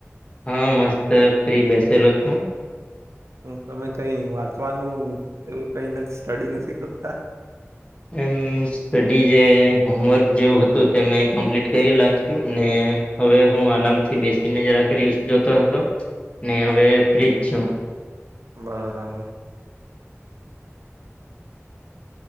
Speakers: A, on the left; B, on the right.
A: હા મસ્ત ફ્રી બેસેલો છું.
B: હું તમે કઈ વાંચવાનું એવું કઈ નથી સ્ટડી નથી કરતા.
A: એમ સ્ટડી જે હોમવર્ક જેવું હતું તે મેં કમ્પ્લીટ કરી નાખ્યું ને. હવે હું આરામથી બેસી નજરખી રીલસ જોતો હતો ને હવે ફ્રીજ છું.
B: બરાબર.